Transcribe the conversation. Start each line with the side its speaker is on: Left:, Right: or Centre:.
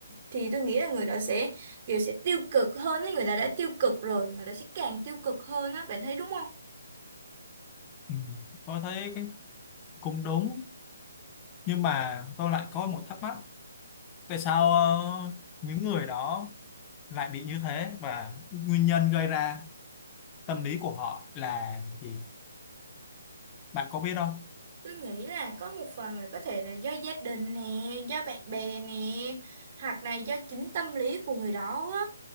Right: thì tôi nghĩ là người đó sẽ kiểu sẽ tiêu cực hơn ấy, người ta đã tiêu cực rồi, người ta sẽ càng tiêu cực hơn á, bạn thấy đúng không?
Left: ừ, tôi thấy cái cũng đúng nhưng mà tôi lại có một thắc mắc tại sao ờ, những người đó lại bị như thế và nguyên nhân gây ra tâm lý của họ là gì bạn có biết không
Right: Tôi nghĩ là có một phần là có thể là do gia đình nè, do bạn bè nè, hoặc là do chính tâm lý của người đó á.